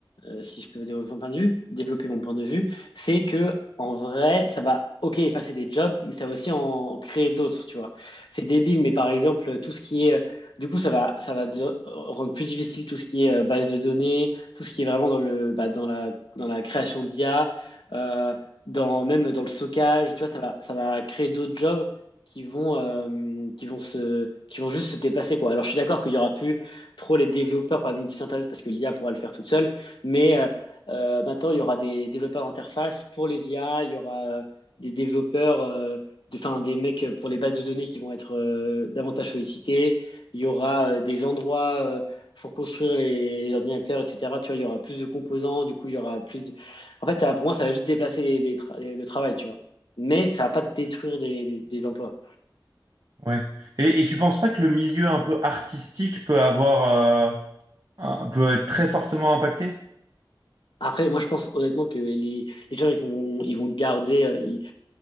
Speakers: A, on the left (about 70°); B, on the right (about 50°).
A: euh, si je peux développer mon point de vue, développer mon point de vue, c'est que, en vrai, ça va, ok, effacer des jobs, mais ça va aussi en, en créer d'autres, tu vois. C'est débile, mais par exemple, tout ce qui est, euh, du coup, ça va, ça va de- rendre plus difficile tout ce qui est euh, base de données, tout ce qui est vraiment dans le, bah, dans la, dans la création d'IA, euh, dans, même dans le stockage, tu vois, ça va, ça va créer d'autres jobs qui vont, euh, qui vont se, qui vont juste se dépasser, quoi. Alors, je suis d'accord qu'il y aura plus trop les développeurs, par exemple, du site internet parce que l'IA pourra le faire toute seule, mais euh, euh, maintenant, il y aura des développeurs d'interface pour les IA, il y aura euh, des développeurs, euh, de, enfin, des mecs pour les bases de données qui vont être euh, davantage sollicités, il y aura euh, des endroits euh, pour construire les, les ordinateurs, etc. Tu vois, il y aura plus de composants, du coup, il y aura plus de... En fait, ça, pour moi, ça va juste déplacer les, les tra- les- le travail, tu vois. Mais ça va pas détruire des, des des emplois.
B: Ouais. Et, et tu penses pas que le milieu un peu artistique peut avoir, euh, un- peut être très fortement impacté?
A: Après, moi, je pense honnêtement que les, les gens, ils vont, ils vont garder, euh, ils,